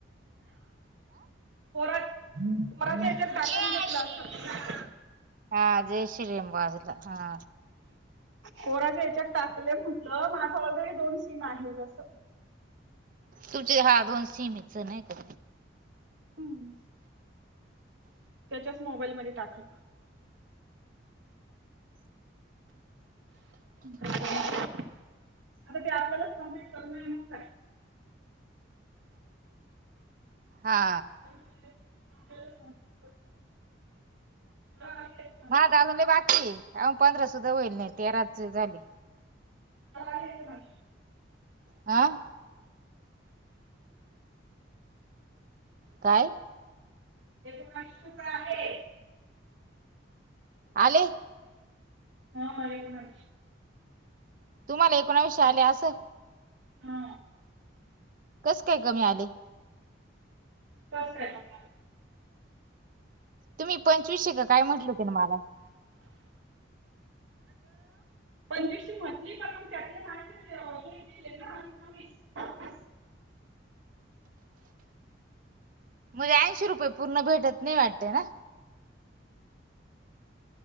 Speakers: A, on the right (about 75°); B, on the right (about 45°).
A: पोरा पोराच्या याच्यात टाकून घेतला अस
B: हा जयश्री राम वाजल हा
A: पोराच्या याच्यात टाकलय म्हटलं माझा ऑलरेडी दोन सीन आहेत अस
B: तुमचे हा दोन सीमे च नाय का
A: हम्म त्याच्याच मोबाईलमध्ये टाकलं. आता ते आपल्यालाच कम्प्लीट करनं ये मंग काय?
B: हा
A: <inaudible> आपल्यालाचं कंप्लिट करावं लागेल.
B: माझं त अजून लय बाकी ये. अ पंधरा सुद्धा होईल नाय तेराच झाले.
A: आज आलेले नाय
B: आं काय?
A: त्याज पाचशे रुपये आहे.
B: आले.
A: हा आले कां नाय.
B: तुम्हाला एकोणवीसशे आले असं
A: हा
B: कस काय कमी आले.
A: <unintelligible>
B: तुम्ही पंचवीशे क काय म्हटले होते ना माला
A: पंचवीशे म्हटली पण त्यातले नाय केले ना <unintelligible>
B: मजे ऐंशी रुपये पूर्ण भेटत नाय वाटत ना.